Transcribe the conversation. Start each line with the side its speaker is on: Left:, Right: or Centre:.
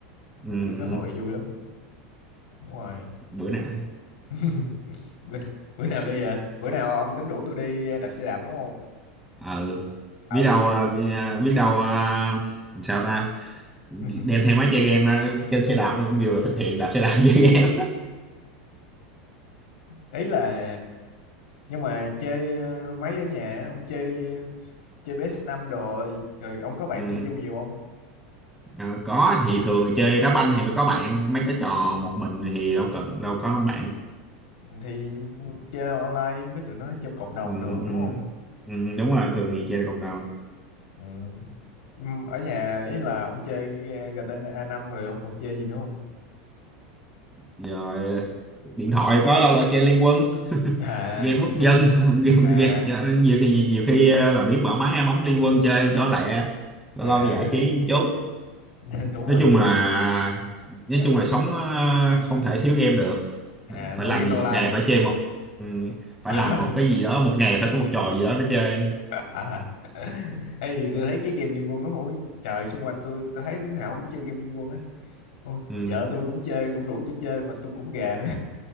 Left: đi
Centre: ừ, ừ,
Left: có hội vui lắm đúng rồi
Centre: bữa nào
Left: <laughs> bữa, bữa nào đi à bữa nào ông tính rủ tôi đi ờ, đạp xe đạp đúng không
Centre: ừ
Left: ừ
Centre: biết đâu ờ, bi- ờ, biết đâu ờ, sao ta
Left: <laughs>
Centre: đem theo máy chơi game ra trên xe đạp luôn vừa thực hiện đạp xe đạp chơi game
Left: ý là nhưng mà chơi ờ, mấy ở nhà á, ông chơi chơi ps năm đồ rồi rồi
Centre: <laughs>
Left: ông có bạn
Centre: ừ.
Left: chơi chung nhiều không
Centre: ờ, có thì thường thì chơi đá banh thì phải có bạn mấy cái trò một mình thì đâu cần đâu có bạn
Left: thì chơi online với tụi nó trong cộng đồng
Centre: ừ,
Left: đồ
Centre: ừ,
Left: đúng không
Centre: ừ, đúng rồi thường thì chơi cộng đồng
Left: ừ. Ừm, ở nhà ý là ông chơi ờ, giê tê A 5 rồi ông còn chơi gì nữa không
Centre: rồi điện thoại có đâu là chơi Liên Quân <laughs>
Left: à
Centre: game
Left: Liên
Centre: quốc
Left: Quân
Centre: dân
Left: à
Centre: <laughs> game,
Left: à,
Centre: game chơi- nhiều khi nhiều, khi ờ, làm biếng mở máy bấm Liên Quân chơi cho lẹ lâu
Left: à.
Centre: lâu giải trí một chút
Left: <laughs> đúng
Centre: nói
Left: rồi
Centre: chung
Left: giờ
Centre: là nói chung
Left: Ê,
Centre: là sống ờ, không thể thiếu game được
Left: à
Centre: phải
Left: no
Centre: làm
Left: game
Centre: gì
Left: no
Centre: một
Left: life
Centre: ngày
Left: hả
Centre: phải chơi một ừ, phải
Left: <laughs>
Centre: làm một cái gì đó một ngày phải có một trò gì đó để chơi
Left: à Ê, gì tôi thấy cái game Liên Quân nó mỗi trời xung quanh tôi tôi thấy đứa nào cũng chơi game Liên Quân á Không,
Centre: ừ.
Left: vợ tôi cũng chơi cũng rủ tôi chơi mà tôi cũng gà nữa